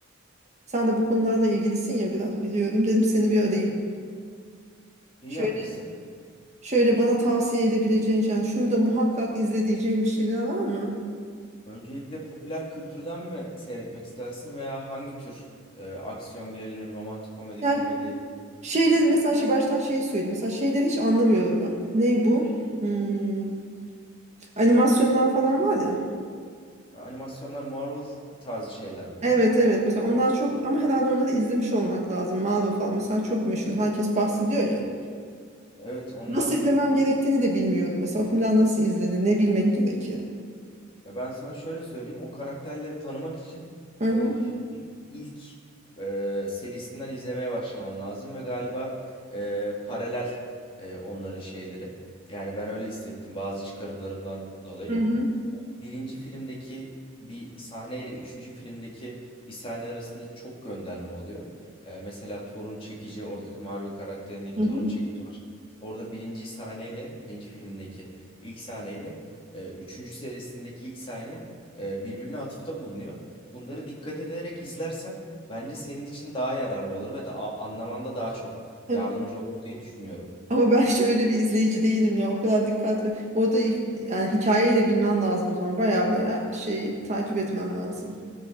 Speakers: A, on the right; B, on the left.
A: Sen de bu konularla ilgilisin ya biraz biliyorum. Dedim seni bir arayayım.
B: İyi
A: Şöyle
B: yapmışsın.
A: şöyle bana tavsiye edebileceğin yani şunu da muhakkak izle diyeceğin bir şeyler var mı?
B: Öncelikle popüler kültürden mi seyretmek istersin veya hangi tür e, aksiyon, gerilim, romantik komedi,
A: Yani
B: komedi,
A: şeyleri mesela şey baştan şeyi söyleyeyim. Mesela şeyleri hiç anlamıyorum ben. Ney bu? Hmm, Animasyonlar falan var ya.
B: Ha, animasyonlar, Marvel tarzı şeyler mi?
A: Evet evet
B: Ha,
A: mesela onlar çok ama herhalde onları izlemiş olmak lazım. Marvel falan mesela çok meşhur. Herkes bahsediyor ya.
B: Evet onlar
A: Nasıl izlemem gerektiğini de bilmiyorum. Mesela o filmler nasıl izlenir? Ne bilmek gerekir?
B: ya ben sana şöyle söyleyeyim o karakterleri tanımak için
A: Hı
B: e,
A: hı.
B: filmin ilk e, serisinden izlemeye başlaman lazım ve galiba e, paralel e, onların şeyleri. Yani ben öyle hissettim bazı çıkarımlarımdan dolayı.
A: Hı hı.
B: birinci filmdeki bir sahneyle üçüncü filmdeki bir sahne arasında çok gönderme oluyor. Ee, mesela Thor'un çekici oradaki Marvel karakterindeki
A: Hı
B: Thor'un
A: hı.
B: çekici var. Orada birinci sahneyle birinci filmindeki ilk sahneyle e, üçüncü serisindeki ilk sahne e, birbirine atıfta bulunuyor. Bunları dikkat ederek izlersen bence senin için daha yararlı olur ve da anlamanda daha çok
A: Hem-
B: yardımcı olur diye düşünüyorum.
A: Ama ben hiç öyle bir izleyici değilim ya. O kadar dikkat ve orada hi- yani hikayeyi de bilmen lazım o zaman. Baya baya şeyi takip etmen lazım.